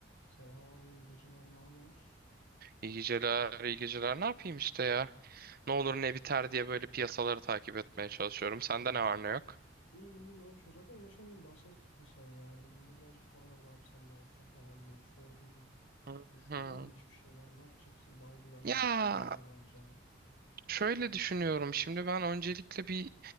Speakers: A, on the left; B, on the right.
A: Selam abi, iyi geceler, ne haber?
B: İyi geceler, iyi geceler. Ne yapayım işte ya? Ne olur ne biter diye böyle piyasaları takip etmeye çalışıyorum. Sende
A: Oğlum,
B: ne
A: abi.
B: var ne yok?
A: iyi iyi ne olsun. Zaten geçen gün bahsettin sen ya. Elimde birazcık para var ne yapsam ne alsam falan diye bir sorduydun.
B: Hı
A: Düşündün
B: hı.
A: mü hiçbir şeyler? Ne yapacaksın? Daha güvenli
B: Ya
A: bir şeye mi yöneleceksin?
B: şöyle düşünüyorum. Şimdi ben öncelikle bir